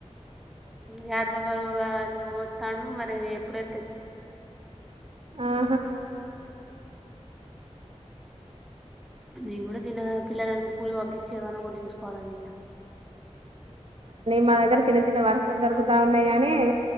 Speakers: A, in the centre; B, on the right (about 55°).
A: గాడిద బరువు మొత్తండు మరి ఎప్పుడు ఎత్తెత్తడో తెలవదండిగా
B: ఆహా
A: నను కూడా తన్నగా పిల్లలని స్కూల్కి పంపించి ఏమన్నా ఒకటి చూసుకోవాల ఇగ
B: మా దగ్గర చిన్న చిన్న వర్కులు దొరుకుతా ఉన్నాయి గాని